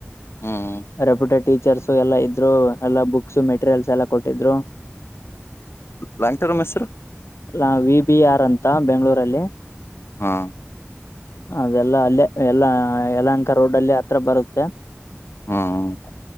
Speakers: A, on the left; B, on the left.
A: ಹ್ಮ್
B: ರೆಪ್ಯುಟೆಡ್. ಟೀಚರ್ಸ್ ಎಲ್ಲಾ ಇದ್ರು ಎಲ್ಲಾ ಬುಕ್ಸ್ ಮೆಟೀರಿಯಲ್ಸ್ ಎಲ್ಲ ಕೊಟ್ಟಿದ್ರು.
A: ಲಾಂಗ್ ಟರ್ಮ್ ಹೆಸರು
B: ಅಲ್ಲಾ ವಿ ಬಿ ಆರ್ ಅಂತ ಬೆಂಗಗಳೂರಲ್ಲಿ.
A: ಹಾ.
B: ಅದೆಲ್ಲ ಅಲ್ಲೇ ಎಲ್ಲ ಯಏಲಂಕ ರೋಡ್ ಅಲ್ಲಿ ಹತ್ರ ಬರುತ್ತೆ.
A: ಹ್ಮ